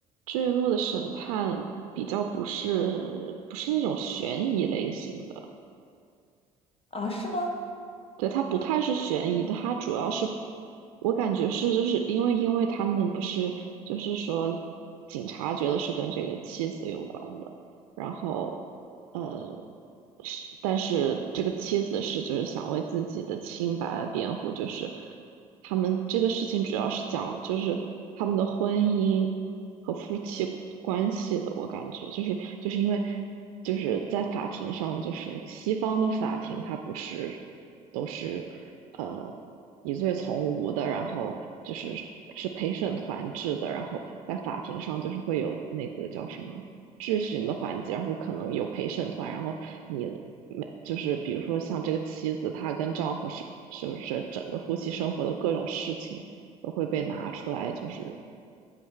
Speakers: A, on the right (about 70°); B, on the left (about 30°).
A: 坠落的审判比较不是不是那种悬疑类型的。
B: 啊，是吗？
A: 对，它不太是悬疑的，它主要是我感觉是就是因为因为他们不是就是说警察觉得是跟这个妻子有关的，然后呃是但是这个妻子是就是想为自己的清白辩护，就是他们这个事情主要是讲就是他们的婚姻和夫妻关系的，我感觉就是就是因为就是在法庭上，就是西方的法庭它不是。都是呃疑罪从无的，然后就是是陪审团制的，然后在法庭上就是会有那个叫什么质询的环节，然后可能有陪审团，然后你没就是比如说像这个妻子，她跟丈夫是是不是整个夫妻生活的各种事情都会被拿出来就是